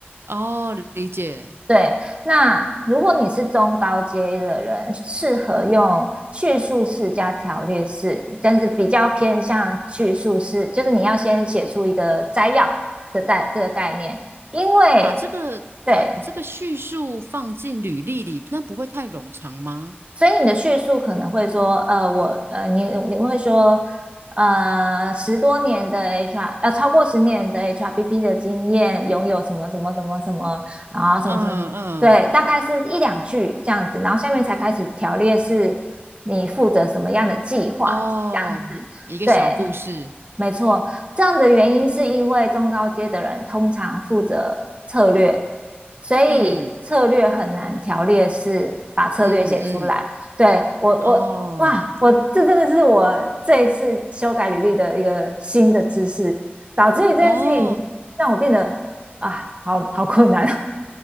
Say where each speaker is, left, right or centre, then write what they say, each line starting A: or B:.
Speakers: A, on the right; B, on the right.
A: 哦，理解。
B: 对，那如果你是中高阶的人，适合用叙述式加条列式，但是比较偏向叙述式，就是你要先写出一个摘要的概这个概念，因为
A: 把这个把这个叙述放进履历里，
B: 对，
A: 那不会太冗长吗？
B: 所以你的叙述可能会说，呃，我呃，你你会说，呃，十多年的 HR，呃，超过十年的 HRBP 的经验，拥有什么什么什么什么，然后什么什么，
A: 嗯嗯，
B: 对，大概是一两句这样子，然后下面才开始条列是你负责什么样的计划，
A: 哦，
B: 这样子，
A: 一个小故事，
B: 对，没错，这样的原因是因为中高阶的人通常负责策略，所以策略很难条列式把策略写出来。
A: 嗯嗯嗯，
B: 对，我，
A: 哦
B: 我，哇，我这真的是我这一次修改履历的一个新的知识，导致于这件事情让我变得啊，
A: 哦，
B: 好好困难哦。